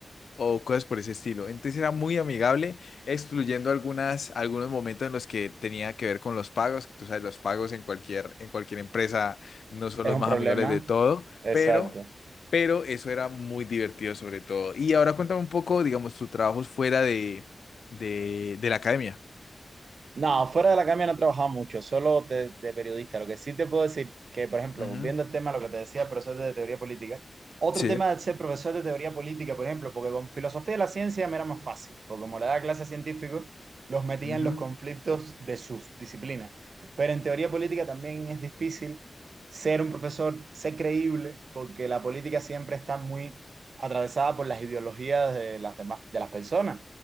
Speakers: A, on the left; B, on the right.
A: o cosas por ese estilo. Entonces era muy amigable, excluyendo algunas, algunos momentos en los que tenía que ver con los pagos, que tú sabes, los pagos en cualquier, en cualquier empresa no son
B: Es
A: los
B: un
A: más
B: problema,
A: amigables de todo,
B: exacto.
A: pero, pero eso era muy divertido sobre todo. Y ahora cuéntame un poco, digamos, tus trabajos fuera de, de, de la academia.
B: No, fuera de la academia no he trabajado mucho, solo de, de periodista. Lo que sí te puedo decir que, por ejemplo,
A: Ujú.
B: viendo el tema, lo que te decía, profesor de teoría política, otro
A: Sí.
B: tema de ser profesor de teoría política, por ejemplo, porque con filosofía de la ciencia me era más fácil, porque como le daba clase a científicos, los metía
A: Ujú.
B: en los conflictos de sus disciplinas. Pero en teoría política también es difícil ser un profesor, ser creíble, porque la política siempre está muy atravesada por las ideologías de las demás, de las personas.